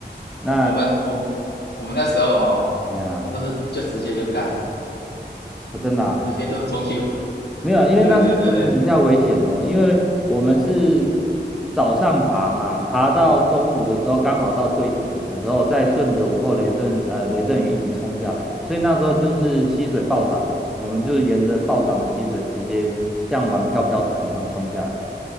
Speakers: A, in the centre; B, on the left.
A: 那
B: 我们我我们那时候哦，
A: 哎呀，
B: 都是就直接就干了，
A: 我真的啊
B: 直接就冲去玩。
A: 没有啊，因为那是确实比较危险哦，
B: 对对对对，
A: 因为我们是早上爬嘛，爬到中午的时候，刚好到最顶的时候，再顺着午后雷阵呃雷阵雨一起冲下来，所以那时候就是溪水暴涨，我们就沿着暴涨的溪水直接像玩漂漂船一样冲下来啊。